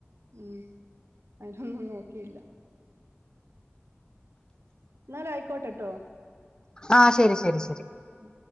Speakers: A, on the right; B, on the left.
A: ഉം അതിനൊന്നും നോക്കിയില്ല എന്നാലയിക്കോട്ടെട്ടോ
B: ആഹ് ശരി ശരി ശരി
A: ഉം